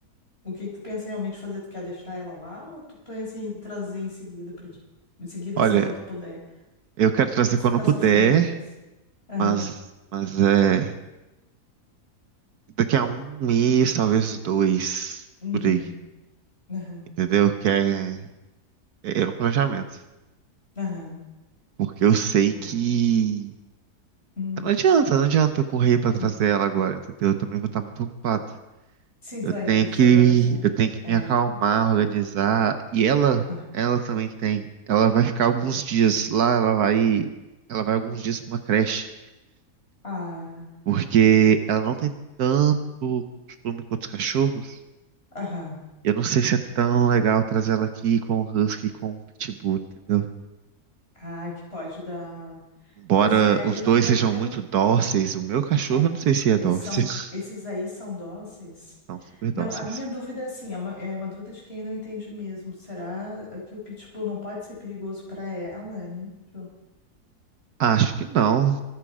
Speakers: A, on the left; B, on the right.
A: o que que tu pensa realmente fazer? Tu quer deixar ela lá ou tu pensa em trazer em seguida para ti? Em seguida,
B: Olha,
A: assim, quando tu puder,
B: Eu quero trazer
A: ficar
B: quando puder,
A: sofrendo uns meses. Aham.
B: mas, mas é daqui a um mês, talvez dois,
A: Uhum.
B: por aí,
A: Aham.
B: entendeu? Que é, é o planejamento.
A: Aham.
B: Porque eu sei
A: Ó.
B: que
A: Hum,
B: não adianta, não adianta eu correr pra trazer
A: hum.
B: ela agora, entendeu? Eu também vou estar muito ocupado.
A: Sim, tu
B: Eu
A: ainda
B: tenho
A: tem que
B: que,
A: te organizar.
B: eu tenho que
A: É.
B: me acalmar, organizar. E ela,
A: Aham.
B: ela também tem. Ela vai ficar alguns dias lá, ela vai, ela vai alguns dias pra uma creche.
A: Ah.
B: Porque ela não tem tanto costume com outros cachorros.
A: Aham.
B: Eu não sei se é tão legal trazer ela aqui com o Husky e com o Pitbull, entendeu?
A: Ah, que pode dar.
B: Embora
A: Pois é,
B: os
A: eu
B: dois
A: não, eu,
B: sejam
A: eu
B: muito
A: não,
B: dóceis, o meu cachorro
A: É,
B: eu não sei se é
A: eles
B: dócil.
A: são,
B: <laughs>
A: esses aí são dóceis.
B: São super
A: Não,
B: dóceis.
A: a minha dúvida é assim, é uma, é uma dúvida de quem não entende mesmo. Será que o pitbull não pode ser perigoso para ela, hein? Jo?
B: Acho que não.